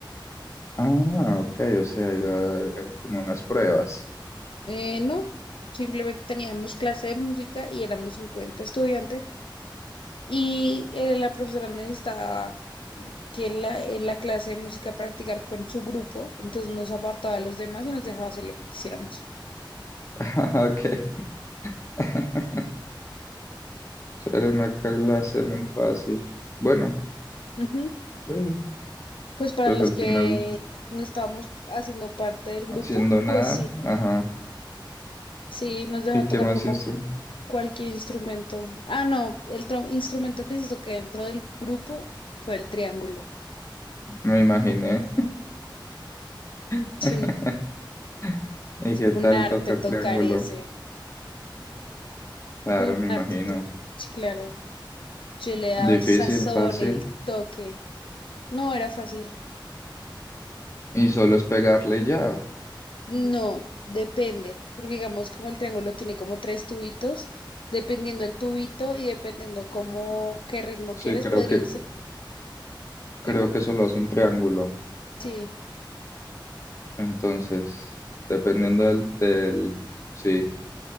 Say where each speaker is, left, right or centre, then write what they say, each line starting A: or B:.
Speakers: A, on the left (about 35°); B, on the left (about 85°).
A: Ah, ok, o sea, iba, era como unas pruebas.
B: Eh, no, simplemente teníamos clase de música y éramos 50 estudiantes Y eh, la profesora necesitaba que la, en la clase de música practicar con su grupo, entonces nos apartaba de los demás y nos dejaba hacer lo que quisiéramos.
A: <laughs> Ah, Ok. <laughs> Era una clase muy fácil. Bueno,
B: Ujú.
A: sí,
B: Pues para
A: pues
B: los
A: al
B: que
A: final
B: no estábamos haciendo parte del grupo,
A: haciendo nada,
B: pues sí,
A: ajá.
B: sí, nos deja
A: ¿Y qué
B: tocar
A: más
B: como
A: instrumento
B: cualquier instrumento. Ah, no, el tro- instrumento que hizo que dentro del grupo fue el triángulo.
A: Me imaginé. <laughs>
B: Sí,
A: ¿Y qué tal
B: un arte
A: tocar
B: tocar
A: triángulo?
B: ese,
A: Claro,
B: un
A: me
B: arte
A: imagino.
B: tocar, sí, claro. Yo le daba
A: Difícil,
B: el sazón,
A: fácil.
B: el toque. No era fácil.
A: Y solo es pegarle y ya.
B: No, depende, porque digamos como el triángulo tiene como tres tubitos, dependiendo el tubito y dependiendo cómo, qué ritmo
A: Sí,
B: quieres,
A: creo
B: podrías
A: que,
B: hacer,
A: creo
B: dime,
A: que solo hace un triángulo.
B: sí,
A: Entonces, dependiendo del, del, sí,